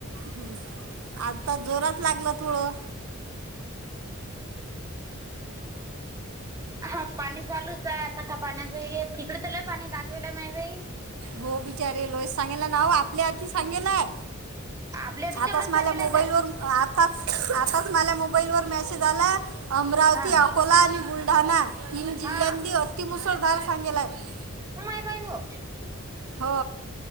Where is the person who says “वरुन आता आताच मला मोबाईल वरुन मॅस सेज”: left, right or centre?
Right